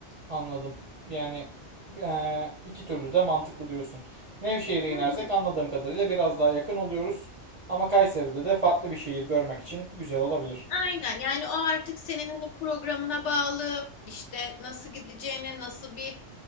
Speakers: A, on the right (about 45°); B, on the left (about 75°).
A: Anladım. Yani eee, iki türlü de mantıklı diyorsun. Nevşehir'e
B: Hı
A: inersek
B: hı.
A: anladığım kadarıyla biraz daha yakın oluyoruz. Ama Kayseri'de de farklı bir şehir görmek için güzel olabilir.
B: Aynen yani o artık senin hani programına bağlı işte nasıl gideceğine nasıl bir